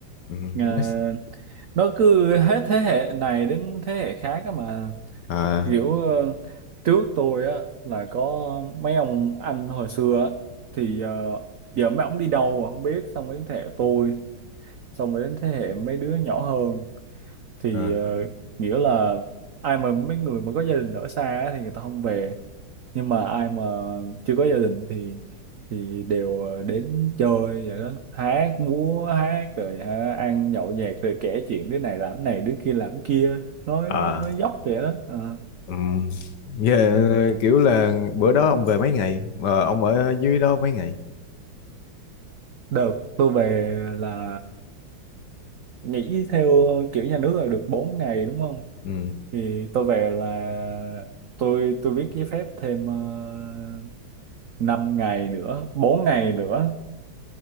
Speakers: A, on the left (about 65°); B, on the right (about 75°).
A: Ừ.
B: Ờ,
A: mess.
B: nó cứ hết thế hệ này đến thế hệ khác á mà
A: À,
B: kiểu ờ, trước tôi á là có mấy ông anh hồi xưa á, thì ờ, giờ mấy ông đi đâu rồi không biết xong rồi đến thế hệ tôi xong rồi đến thế hệ mấy đứa nhỏ hơn thì
A: à,
B: ờ, nghĩa là ai mà mấy người mà có gia đình ở xa á thì người ta không về nhưng mà ai mà chưa có gia đình thì thì đều ờ, đến chơi vậy đó hát múa hát rồi ha, ăn nhậu nhẹt rồi kể chuyện đứa này làm cái này đứa kia làm cái kia nói
A: à.
B: nói dốc vậy đó Ờ.
A: Ừm, yeah,
B: Ừ.
A: kiểu là bữa đó ông về mấy ngày mà ông ở dưới đó mấy ngày
B: Được, tôi về là nghỉ theo kiểu nhà nước là được 4 ngày đúng không?
A: ừ
B: Thì tôi về là tôi tôi viết giấy phép thêm uh, 5 ngày nữa, 4 ngày nữa.